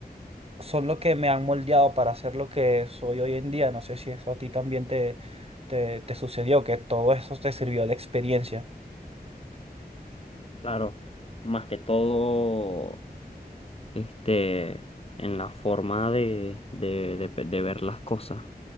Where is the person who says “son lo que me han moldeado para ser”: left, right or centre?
Right